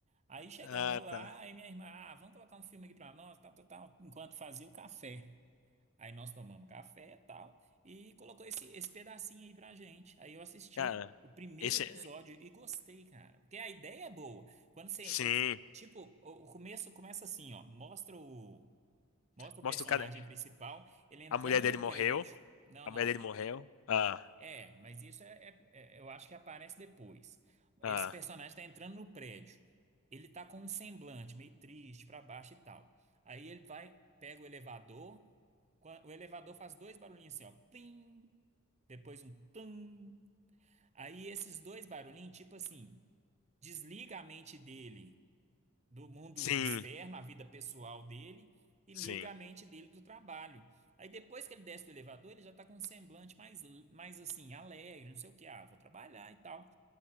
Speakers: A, on the right (about 30°); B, on the left (about 70°).
A: Aí chegando
B: ah,
A: lá,
B: tá.
A: aí minha irmã, ah, vamos colocar um filme aqui para nós, tal, tal, tal, enquanto fazia o café. Aí nós tomamos café e tal, e colocou esse, esse pedacinho aí pra gente. Aí eu assisti
B: Cara,
A: o primeiro
B: esse.
A: episódio
B: é
A: e gostei, cara. Porque a ideia é boa. Quando você.
B: Sim.
A: eu- tipo, o o começo começa assim, ó. Mostra o, mostra o
B: Mostra
A: personagem
B: o cara.
A: principal, ele entrando
B: A mulher dele
A: no
B: morreu.
A: prédio. Não,
B: A
A: não.
B: mulher dele morreu. Ah,
A: É, mas isso é, é- é- eu acho que aparece depois.
B: ah.
A: Esse personagem tá entrando no prédio. Ele tá com um semblante meio triste pra baixo e tal. Aí ele vai, pega o elevador. Qua- O elevador faz dois barulhinhos assim, ó, plim, depois um tum. Aí esses dois barulhinhos, tipo assim, desliga a mente dele do mundo
B: Sim,
A: externo, a vida pessoal dele, e
B: sim.
A: liga a mente dele do trabalho. Aí depois que ele desce do elevador, ele já está com um semblante mais, mais assim, alegre, não sei o que, ah, vou trabalhar e tal.